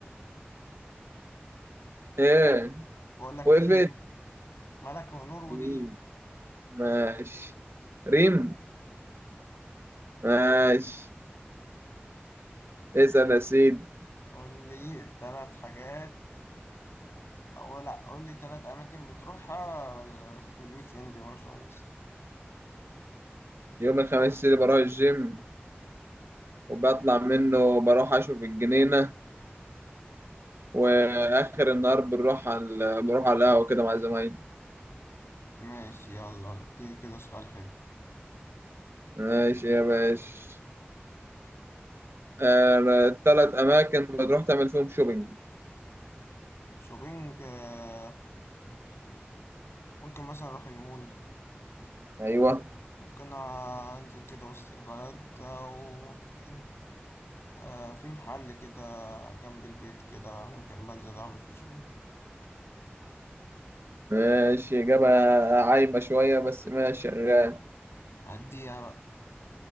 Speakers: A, on the right (about 75°); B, on the left (about 85°).
A: إيه
B: بقول لك
A: وقفت
B: ريم ملك ونور وريم
A: مين؟ ماشي ريم ماشي اسأل
B: يلا.
A: يا سيدي
B: قول لي تلات حاجات او لا قول لي تلات اماكن بتروحها في الويك اند يوم الخميس
A: يوم الخميس اللي بروح الجيم وبطلع منه بروح أشوف الجنينة وآخر النهار بنروح على بروح على القهوة كده مع زمايلي
B: ماشي يلا اديني كده سؤال حلو
A: ماشي يا باشا آه، تلات أماكن بتروح تعمل فيهم شوبينج
B: شوبينج آه، ممكن مثلا اروح المول
A: أيوه
B: ممكن أنزل كده وسط البلد أو ممكن آه، في محل كده جنب البيت كده ممكن بنزل أعمل فيه شغل
A: ماشي إجابة عايمة شوية بس ماشي شغال
B: أعديها بقى